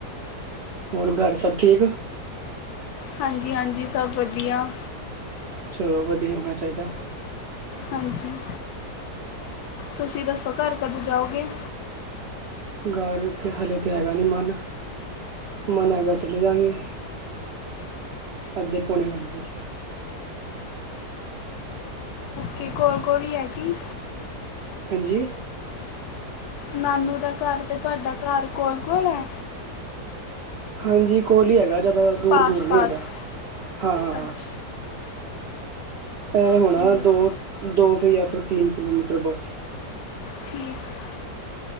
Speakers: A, on the right; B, on the left.
A: ਹੋਰ, ਘਰ ਸਭ ਠੀਕ।
B: ਹਾਂਜੀ- ਹਾਂਜੀ ਸਭ ਵਧੀਆ।
A: ਚਲੋ ਵਧੀਆ ਹੋਣਾ ਚਾਹੀਦਾ।
B: ਹਾਂਜੀ, ਤੁਸੀਂ ਦੱਸੋ ਘਰ ਕਦੋਂ ਜਾਓਗੇ।
A: ਘਰ ਤੇ ਹਲੇ ਤਾਂ ਹੈਗਾ ਨੀ ਮਨ। ਮਨ ਹੈਗਾ, ਚਲੇ ਜਾਂਗੇ। ਅੱਧੇ ਪੌਣੇ ਘੰਟੇ ਚ।
B: ਕੀ ਕੋਲ- ਕੋਲ ਈ ਹੈ ਕੀ?
A: ਹਾਂਜੀ।
B: ਨਾਨੂੰ ਦਾ ਘਰ ਤੇ ਤੁਹਾਡਾ ਘਰ ਕੋਲ-ਕੋਲ ਐ।
A: ਹਾਂਜੀ ਕੋਲ ਈ ਹੈਗਾ, ਜ਼ਿਆਦਾ ਦੂਰ
B: ਪਾਸ
A: -ਦੂਰ ਨੀ
B: ਪਾਸ
A: ਹੈਗਾ ਹਾਂ- ਹਾਂ।
B: ਅੱਛਾ
A: ਇਹ ਹੋਣਾ
B: ਠੀਕ
A: ਦੋ- ਦੋ ਫਿਰ ਜਾਂ ਫਿਰ ਤਿੰਨ ਕਿਲੋਮੀਟਰ ਬਸ।
B: ਠੀਕ